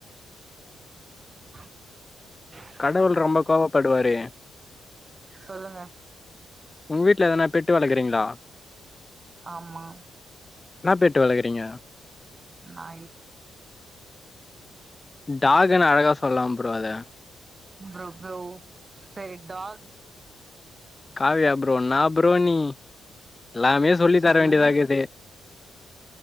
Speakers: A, on the right; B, on the left.
A: <inaudible>
B: கடவுள் ரொம்ப கோவப்படுவாரு
A: சொல்லுங்க
B: உங்க வீட்ல எதனா பெட்டு வளக்றீங்ளா
A: ஆமா
B: என்னா பெட்டு வளக்குறீங்க
A: நாய்
B: டாகுன்னு அழகா சொல்லலா ப்ரோ அத
A: ப்ரோ புலோ செரி டாக்
B: காவியா ப்ரோ நா ப்ரோ நீ எல்லாமே சொல்லி
A: சொல்ல
B: தர வேண்டியதாக்குது.